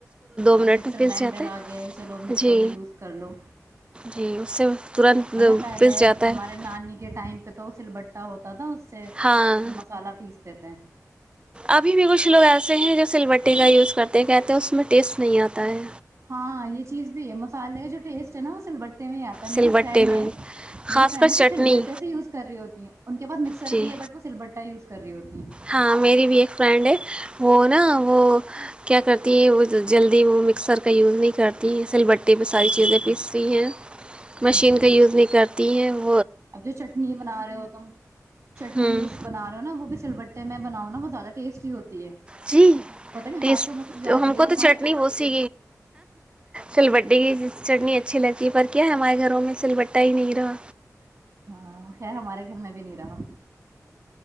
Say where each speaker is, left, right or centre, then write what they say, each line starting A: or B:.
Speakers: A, on the right; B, on the right.
A: ہاں
B: منٹ
A: اب مکسر
B: میں پس
A: گرائنڈر
B: جاتا ہے
A: آ گیا چلو مکسر
B: جی
A: میں یوز کر لو
B: جی اس سے ترنت
A: نہ پہلے
B: پس جاتا
A: ہمارے
B: ہے
A: نانی کے ٹائم پہ تو سل بٹا ہوتا تھا اس سے
B: ہاں
A: مسالہ پیس دیتے ہیں
B: ابھی بھی کچھ لوگ ایسے ہیں جو سل بٹی کا یوز کرتے کہتے ہیں اس میں ٹیسٹ نہیں آتا ہے
A: ہاں یہ چیز بھی ہے مسالحے کا جو ٹیسٹ ہے نا وہ سل بٹ میں آتا ہے میری
B: سلبٹے
A: فرینڈ
B: میں
A: ہے میری
B: خاص
A: فرینڈ
B: کر چٹنی
A: ہے وہ سر بٹے سے یوز کر رہی ہوتی ہیں ان کے پاس م سربی
B: جی
A: ہے بٹ وہ سل بٹا یز کر رہی ہوتی ہیں
B: ہاں میری بھی ایک فرینڈ ہے وہ نا وہ کیا کرتی ہے وہ جلدی وہ مکسر کا یوز نہیں کرتی ب پٹی میں ساری چیزیں
A: جی جی
B: پیستی ہیں مشین
A: ہاں
B: کا یوز نہیں کرتا ت
A: اب جو چٹنی بنا رہے ہو تم چٹنی
B: ہوں
A: یوز بنا رہے ہو نا وہ بھی سل بٹ ت میں بؤا بت زیادہ ٹیسٹی ہوتی ہے
B: جی
A: پتہ نہیں
B: ٹی
A: ہاتھوں میں کچھ جادو
B: ہم
A: ہے
B: کو
A: ہمارے
B: تو چٹنی بت سی سل بڈی کی چٹنی اچھی لگتی ہے پر کیا ہے ہمارے گھروں میں سل بٹا ہی نہیں رہا
A: ہاں خ ہمارے گھر میں بھی نہیں رہا